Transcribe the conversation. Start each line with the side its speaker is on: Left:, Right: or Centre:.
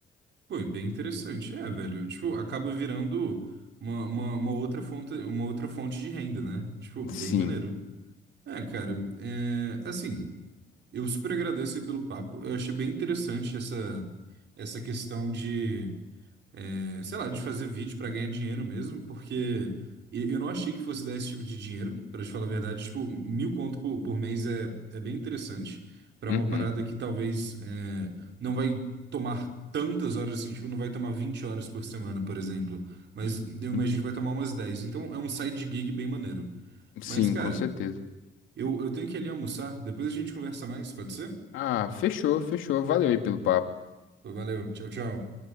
Right: Foi bem interessante. É, velho, tipo, acaba virando uma, uma, uma outra fonte, uma outra fonte de renda, né? Tipo, bem
Left: Sim.
Right: maneiro. É, cara, é, assim, eu super agradeço aí pelo papo. Eu achei bem interessante essa, essa questão de é, sei lá, de fazer vídeo pra ganhar dinheiro mesmo, porque e- eu não achei que fosse dar esse tipo de dinheiro, pra te falar a verdade. Tipo, mil conto por, por mês é, é bem interessante pra
Left: Uhum.
Right: uma parada que talvez é, não vai tomar tantas horas assim, tipo, não vai tomar 20 horas por semana, por exemplo. Mas eu imagino
Left: uhum.
Right: que vai tomar umas dez Então é um side gig bem maneiro.
Left: Sim,
Right: Mas, cara,
Left: com certeza.
Right: eu, eu tenho que ir ali almoçar, depois a gente conversa mais, pode ser?
Left: Ah, fechou, fechou. Valeu aí pelo papo.
Right: Valeu, tchau, tchau.